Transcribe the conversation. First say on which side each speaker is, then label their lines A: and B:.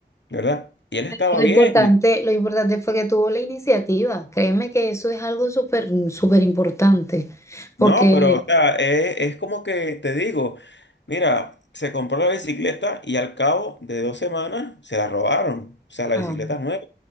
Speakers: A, on the left; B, on the left.
A: ¿verdad? Y él estaba
B: Lo
A: bien,
B: importante, lo importante fue que tuvo la iniciativa. Créeme que eso es algo súper, súper importante. Porque,
A: No, pero o sea, es, es como que te digo, mira, se compró la bicicleta y al cabo de dos semanas se la robaron, o sea, la
B: ah,
A: bicicleta es nueva.